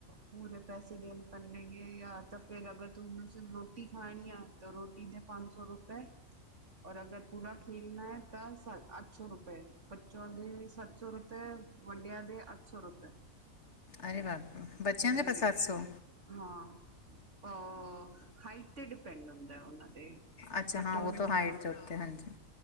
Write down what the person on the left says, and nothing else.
ਅਰੇ ਬਾਪ, ਬੱਚਿਆਂ
ਦੇ ਪਰ ਸਾਤ ਸੌ।
ਅੱਛਾ
ਹਾਂ,
ਉਹ ਤੋਂ ਹਾਈਟ ਦੇ ਉੱਤੇ ਹਾਂਜੀ।